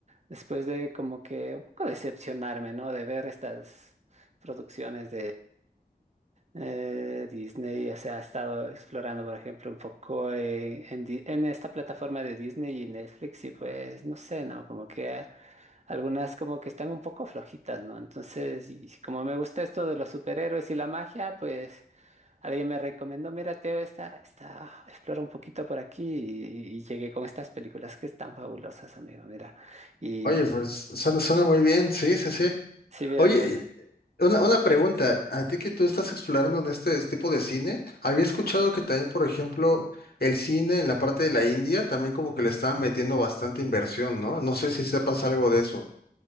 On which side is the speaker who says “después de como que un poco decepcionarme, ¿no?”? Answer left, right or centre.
Right